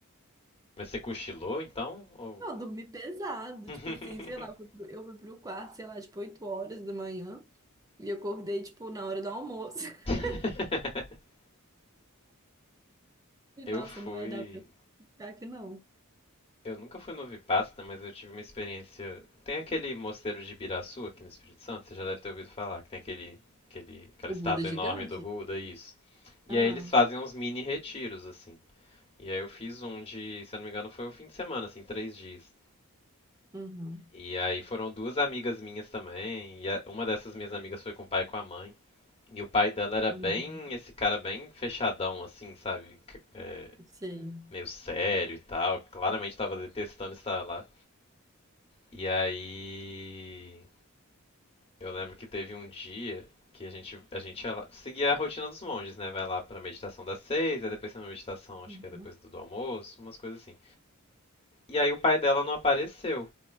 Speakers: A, on the left; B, on the right.
A: Mas você cochilou, então? Ou...
B: eu dormi pesado,
A: <laughs>
B: tipo assim, sei lá, eu fui pro, eu fui pro quarto, sei lá, tipo 8 horas da manhã, e eu acordei, tipo, na hora do almoço. <laughs>
A: <laughs>
B: Falei,
A: Eu
B: Nossa,
A: fui.
B: não vai dar pra ficar aqui não.
A: Eu nunca fui no Vipassana, mas eu tive uma experiência. Tem aquele mosteiro de Ibiraçu aqui no Espírito Santo, você já deve ter ouvido falar, que tem aquele, aquele, aquela
B: O
A: estátua
B: Buda é gigante?
A: enorme do Buda, isso. E
B: Ah,
A: aí eles fazem uns mini retiros, assim. E aí eu fiz um de, se eu não me engano, foi o fim de semana, assim, três dias.
B: uhum,
A: E aí foram duas amigas minhas também, e a- uma dessas minhas amigas foi com o pai e com a mãe. E o pai dela era
B: uhum,
A: bem, esse cara bem fechadão, assim, sabe? C- é,
B: sei.
A: meio sério e tal. Claramente tava detestando estar lá. E aí. Eu lembro que teve um dia que a gente, a gente ia lá- seguia a rotina dos monges, né? Vai lá pra meditação das seis, aí depois tem uma meditação, acho
B: Uhum.
A: que é depois do, do almoço, umas coisas assim. E aí o pai dela não apareceu.